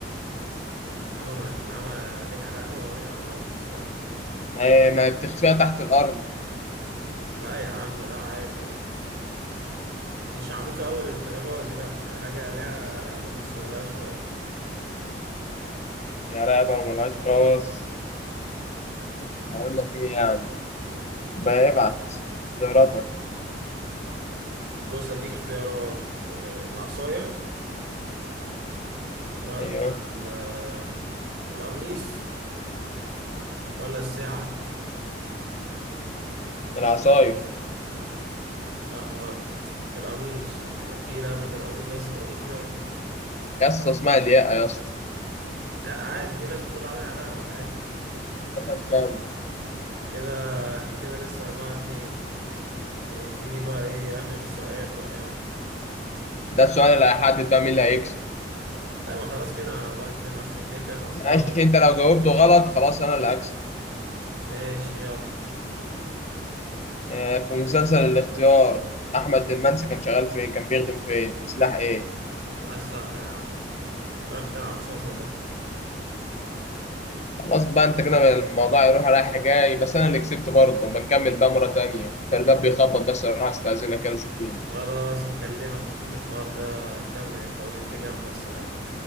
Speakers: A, on the right; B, on the left.
A: النعامة ما النعامة ليها رقبة وليها راس لا
B: ما هي- ما هي بتخفيها تحت الارض
A: لا يا عم لا عادي مش عميقة أوي للدرجة دي لأ حاجة ليها رقبة بس ملهاش رقبة
B: يا رقبة وملهاش راس ما اقول لك ايه يعني بيبعت زياراتك
A: بص أديك اختيارات آه، العصاية ولا
B: ايوه
A: ال- آه، القميص ولا الساعة
B: العصاية
A: لأ غلط القميص يبقى في رقبة القميص بس مضوش رأس
B: يا اسطى اسمها الياقة يا اسطى
A: لأ عادي في ناس بتقول عليها رقبة عادي
B: كده كام كام
A: كده احنا كده لسه أربعة اتنين اديني بقى ايه آخر سؤال بقى يلا
B: ده السؤال اللي هيحدد بقى مين اللي هيكسب
A: لا ما خلاص كده أنا أربعة اتنين أصلا كده كده خسران
B: ماشي انت لو جاوبته غلط خلاص انا اللي هكسب
A: ماشي يلا
B: آه، في مسلسل الاختيار احمد المنسي كان شغال فين كان بيخدم فين في سلاح ايه
A: عايز يا عم اتفرجت على المسلسل ده
B: خلاص بقى انت كده الموضوع يروح رايح جاي بس انا اللي كسبت برضه بنكمل بقى مرة تانية عشان الباب بيخبط بس اروح استأذنك كده اشوف مين
A: خلاص هكلمك نشوف الحوار ده نكمل الفوازير دي جامدة الصراحة